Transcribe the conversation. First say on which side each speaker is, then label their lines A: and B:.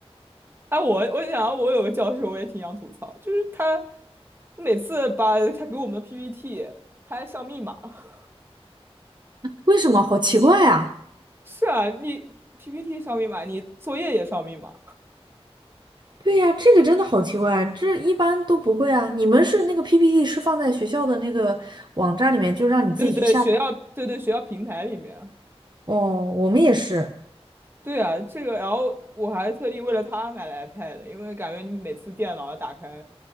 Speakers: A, on the right (about 20°); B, on the right (about 45°).
A: 哎，我我想我有个教授我也挺想吐槽，就是他每次把他给我们的 PPT，他还上密码。<laughs>
B: 为什么？好奇怪啊！
A: 是啊，你 PPT 上密码，你作业也上密码。
B: 对呀，这个真的好奇怪，这一般都不会啊。你们是那个 PPT 是放在学校的那个网站里面，就让你自己去下载。
A: 对对，学校对对学校平台里面，
B: 哦，我们也是。
A: 对啊，这个，然后我还特地为了他买了 iPad，因为感觉你每次电脑要打开